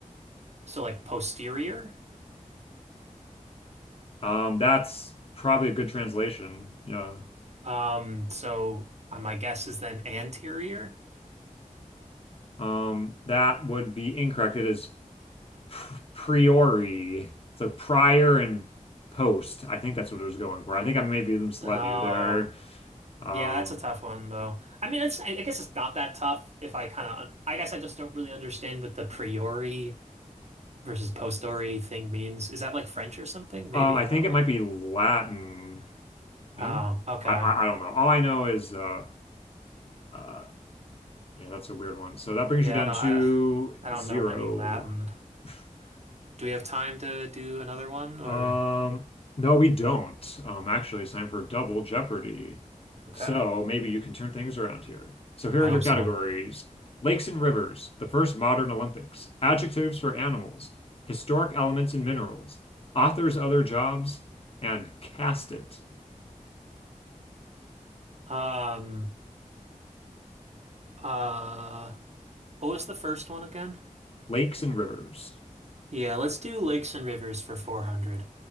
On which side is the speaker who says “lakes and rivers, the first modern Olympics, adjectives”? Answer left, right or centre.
Left